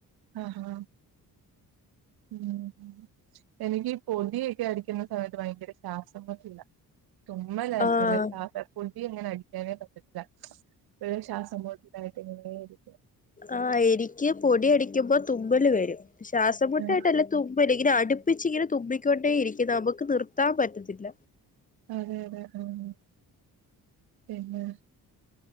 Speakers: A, on the right; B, on the left.
A: ആഹ് ഹാ ഉം എനിക്ക് ഈ പൊടിയൊക്കെ അടിക്കുന്ന സമയത്ത് ഭയങ്കര ശ്വാസം മുട്ടല തുമല്ലല്ല
B: ആഹ്
A: സാധാ പൊടിയങ്ങനെ അടിക്കാനേ പറ്റത്തില്ല ല്ല വേം ശ്വാസം മുട്ടായിട്ടങ്ങനെ ഇരിക്കും
B: ആ എനിക്ക് പൊടിയടിക്കുമ്പോ തുമ്മല് വരും ശ്വാസംമുട്ടായിട്ടല്ല
A: ഉം
B: തുമ്മല് ഇങ്ങനെ അടുപ്പിച്ചിങ്ങനെ തുമ്മി ക്കൊണ്ടേയിരിക്കും നമുക്ക് നിർത്താൻ പറ്റത്തില്ല
A: അതെ അതെ ആഹ് പിന്നെ?